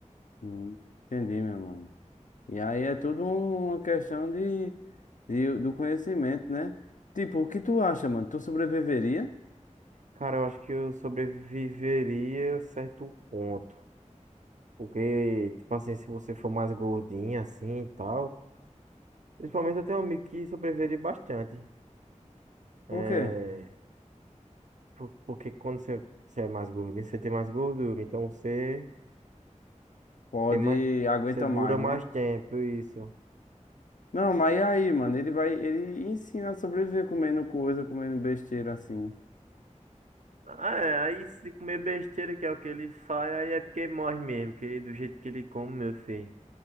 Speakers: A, on the left; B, on the right.
A: Hum, entendi, meu mano. E aí é tudo uma questão de, de- do conhecimento, né? Tipo, o que tu acha, mano? Tu sobreviveria?
B: Cara, eu acho que eu sobreviveria a certo ponto. Porque, tipo assim, se você for mais gordinha assim e tal. Principalmente eu tenho um amigo que sobreviveria bastante.
A: Por
B: É,
A: quê?
B: Por- Porque quando você, você é mais gordinho, você tem mais gordura. Então você
A: Pode,
B: tem mais.
A: aguenta
B: Você dura
A: mais,
B: mais
A: né?
B: tempo, isso.
A: Não, mas e aí, mano? Ele vai, ele ensina a sobreviver comendo coisa, comendo besteira assim. <laughs>
B: Ah, é, aí se comer besteira, que é o que ele faz, aí é porque morre mesmo, que do jeito que ele come, meu filho.